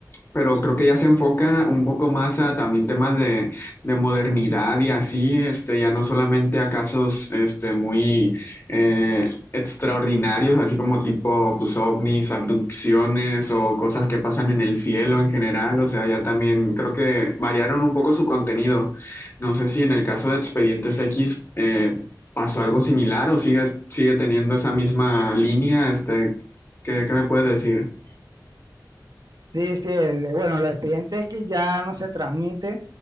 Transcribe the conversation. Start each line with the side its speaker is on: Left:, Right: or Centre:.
Left: Pero creo que ya se enfoca un poco más a también temas de, de modernidad y así, este, ya no solamente a casos este, muy eh, extraordinarios, así como tipo pues, ovnis, abducciones o cosas que pasan en el cielo en general. O sea, ya también creo que variaron un poco su contenido. No sé si en el caso de Expedientes X eh, pasó algo similar o sigue, sigue teniendo esa misma línea. Este, ¿qué, qué me puedes decir?
Right: Sí, sí, el- bueno, los expedientes que ya no se transmite,